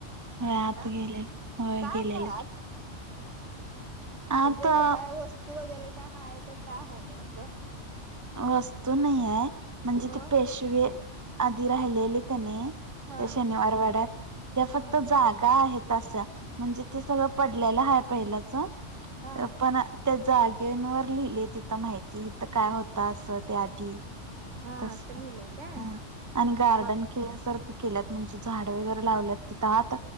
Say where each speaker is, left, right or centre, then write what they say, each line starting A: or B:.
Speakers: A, on the right (about 70°); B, on the right (about 15°).
A: आत
B: होय
A: गेलता
B: गेलेलो होय
A: मग आत
B: गेलेलो
A: काय आत?
B: की आता
A: म्हणजे असं काय वस्तू वगैरे काय आहे का? काय आहे नेमकं?
B: वस्तू नाही आहे. म्हणजे
A: मग
B: ते पेशवे आधी राहिलेले कनी
A: हा
B: त्या शनिवारवाड्यात त्या फक्त
A: हा
B: जागा आहेत त अशा म्हणजे ते सगळं पडलेलं पहिलंच
A: हा
B: अ पण अ त्या जागेनवर लिहिले तिथं माहिती हित काय होत असं त्या आधी
A: हा
B: <inaudible> तसं
A: असं लिहिलंय काय
B: हम्म आणि गार्डन
A: मग
B: केल्यासारख केल्यात म्हणजे झाडं वगैरे लावल्यात तिथं आत